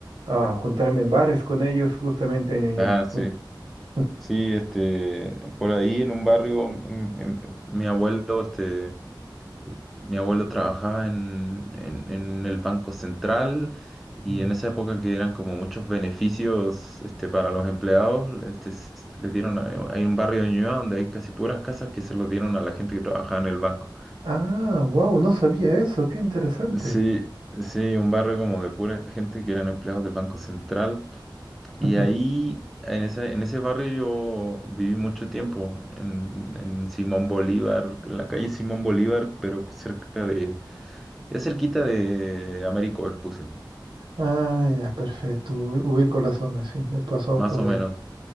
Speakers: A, on the right; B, in the centre.
A: a, a juntarme en bares con ellos justamente en Ñuñoa.
B: Ah, sí,
A: <laughs>
B: sí, este, por ahí en un barrio, mm, mm, mi abuelo, este, mi abuelo trabajaba en, en, en el Banco Central y
A: Mm.
B: en esa época que eran como muchos beneficios, este, para los empleados, este, s- les dieron, a- hay un barrio de Ñuñoa donde hay casi puras casas que se los dieron a la gente que trabajaba en el banco.
A: Ah, wow, no sabía eso, qué interesante.
B: Sí, sí, un barrio como de pura gente que eran empleados del Banco Central.
A: <laughs>
B: Y ahí, en ese, en ese barrio yo viví mucho tiempo, en, en Simón Bolívar, en la calle Simón Bolívar, pero cerca de, ya cerquita de Américo Vespucio,
A: Ah, ya, perfecto, ubi- ubico la zona, sí, he pasado
B: más
A: por
B: o
A: ahí.
B: menos.